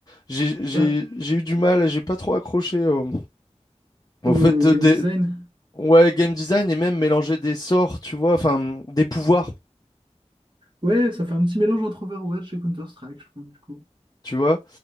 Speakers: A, on the left (about 30°); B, on the right (about 40°).
A: J'ai j'ai-
B: pas
A: j'ai eu du mal, j'ai pas trop accroché au, au
B: au
A: fait
B: game
A: des...
B: design
A: Ouais, game design et même mélanger des sorts, tu vois, enfin, des pouvoirs,
B: ouais ça fait un petit mélange entre Overwatch et Counter-Strike je trouve du coup
A: tu vois.